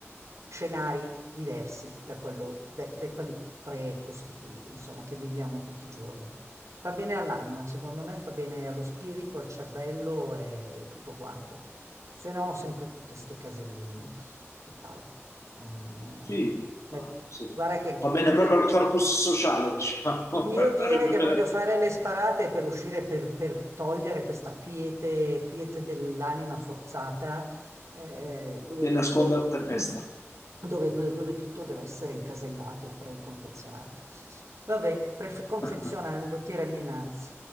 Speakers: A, on the right (about 80°); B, on the left (about 75°).
A: scenari diversi da quello- da- da quelli precostituiti, insomma, che viviamo tutti i giorni. Fa bene all'anima, secondo me fa bene allo spirito, al cervello e tutto quanto. Se no, sempre tutte ste caselline. Pff, Che palle. Non, non è...
B: Sì,
A: ma-
B: va, sì.
A: Guarda che anche
B: Va bene
A: il mio
B: proprio al corpus sociale, diciamo,
A: il mio
B: <laughs> farebbe
A: dire che
B: bene
A: voglio
B: a tutti
A: fare le sparate è per uscire, per, per togliere questa quiete, quiete dell'anima forzata, eh, eh, dove
B: e
A: tutto,
B: nasconde la tempesta.
A: <clears throat> dove, dove tutto deve essere incasellato, preconfezionato. Vabbè, pref- confezionando,
B: <laughs>
A: tirami innanzi.